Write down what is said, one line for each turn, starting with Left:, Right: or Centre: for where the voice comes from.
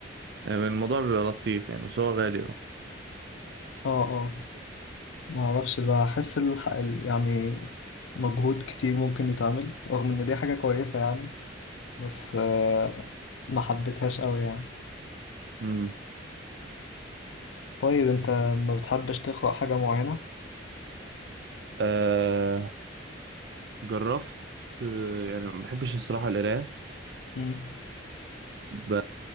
Right: الموضوع بيبقى لطيف يعني بس هو غالي اه
Left: اه اه ما اعرفش بحس الح... ال- يعني مجهود كتير ممكن يتعمل رغم ان دي حاجة كويسة يعني بس آه ما حبيتهاش قوي يعني
Right: امم
Left: طيب انت ما بتحبش تقرأ حاجة معينة
Right: أه جربت آه، يعني ما بحبش الصراحة القراية
Left: مم.
Right: ب...